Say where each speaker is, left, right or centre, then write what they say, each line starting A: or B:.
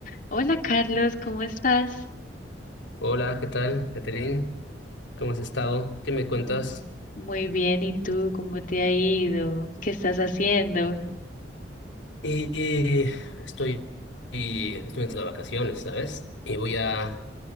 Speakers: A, on the left (about 45°); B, on the left (about 80°).
A: Hola Carlos, ¿cómo estás?
B: Hola, ¿qué tal, Catherine? ¿Cómo has estado? ¿Qué me cuentas?
A: Mm, Muy bien, ¿y tú cómo te ha ido? ¿Qué estás haciendo?
B: Y y estoy, y estoy entrando de vacaciones, ¿sabes? Y voy a,